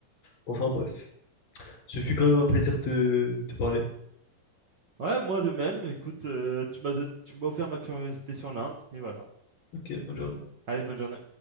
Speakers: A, on the left (about 40°); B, on the right (about 65°).
A: Enfin, bref. Ce fut quand même un plaisir de te parler.
B: Ouais, moi de même. Écoute, euh, tu m'as donné, tu m'as ouvert ma curiosité sur l'Inde, et voilà.
A: Ok, bonne journée.
B: Allez, bonne journée.